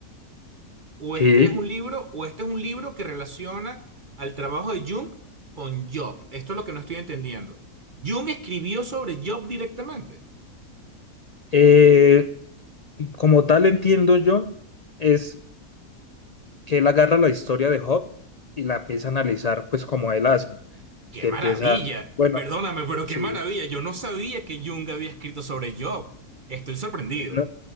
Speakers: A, on the right; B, on the left.
A: O
B: Sí.
A: este es un libro, o este es un libro que relaciona al trabajo de Jung con Job. Esto es lo que no estoy entendiendo. Jung escribió sobre Job directamente.
B: Eh, como tal entiendo yo, es que él agarra la historia de Job y la empieza a analizar pues como él hace.
A: ¡Qué
B: que
A: maravilla!
B: empieza, bueno,
A: Perdóname, pero qué
B: sí,
A: maravilla. Yo no sabía que Jung había escrito sobre Job. Estoy sorprendido.
B: no,